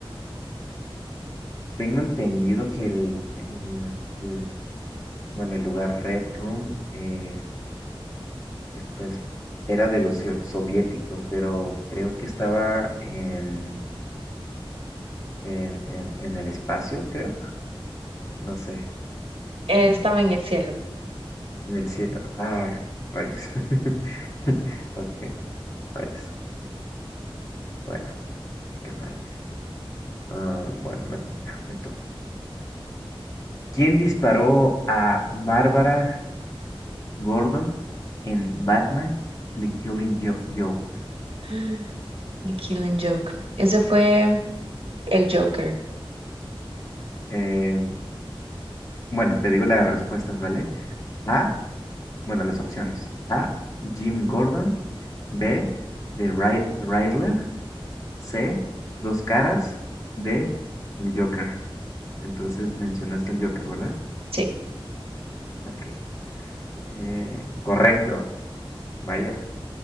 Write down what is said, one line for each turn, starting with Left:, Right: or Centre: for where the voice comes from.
Left: Tengo entendido que el, el- el- bueno, el lugar Red Room, eh, eh, pues, era de los sio- soviéticos, pero creo que estaba en, en, en, en el espacio, creo. No sé,
Right: Eh, Estaba en el cielo.
Left: en el cielo. Ah, rayos. <laughs> Ok, rayos. Bueno, qué mal. Ah, bueno, me toca, me toca. ¿Quién disparó a Bárbara Gordon en Batman The Killing Jo- Joke?
Right: <gasps> The Killing Joke. Ese fue el Joker.
Left: Eh, Bueno, te digo las respuestas, ¿vale? A, bueno, las opciones. A, Jim Gordon. B, The Ry- Riddler. C, Dos Caras. D, el Joker. Entonces mencionaste el Joker, ¿verdad?
Right: Sí.
Left: Ok. Eh, correcto. Vaya,